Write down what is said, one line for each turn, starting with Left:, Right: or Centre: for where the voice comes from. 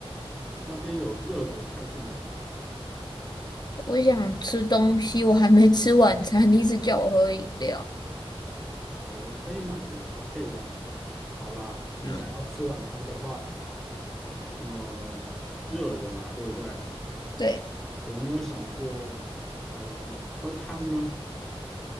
Centre: 那边有热的泰式奶茶
Left: 我想吃东西，我还没吃晚餐，你一直叫我喝饮料。
Centre: 哦，可以买个饮料配啊。好啦，你想要吃晚餐的话，
Left: 嗯，
Centre: 呃，热的嘛，对不对？
Left: 对，
Centre: 有没有想过，呃，喝汤呢？